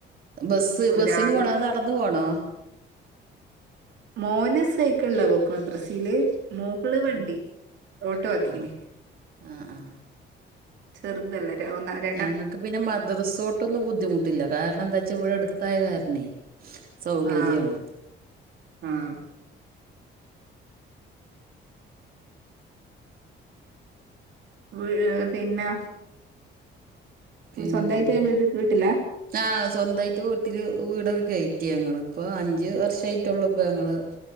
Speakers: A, on the right; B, on the right.
A: ബസ്സ് ബസ്സിന്
B: രാവിലെ
A: പോണോ അതോ നടന്ന് പോണോ
B: മോന് സൈക്കിൾലാ പോക്ക് മദ്രസീല് <unintelligible> ള് വണ്ടി
A: ആ
B: ഓട്ടോ ആക്കീന്
A: ആ ആഹ് ആഹ്
B: ചെറുതല്ലെ ര ഒന്നര
A: ഞങ്ങക്ക് പിന്നെ മദ്‌റസോർട്ട് ഒന്നും ബുദ്ധിമുട്ടില്ല കാരണം എന്താ വെച്ചാ ഇവിടെ അടുത്തായ കാരണേ സൗകര്യാണ്
B: ആഹ് ആഹ് വി പിന്നെ
A: പിന്നെ
B: സ്വന്തായിട്ട് വീട്ടില്ല
A: ആഹ് സ്വന്തായിട്ട് വീട്ടില് വീടൊക്കെ കയറ്റി ഞങ്ങള് ഇപ്പം അഞ്ച് വർഷയിട്ടുള്ളൂ ഇപ്പം ഞങ്ങള്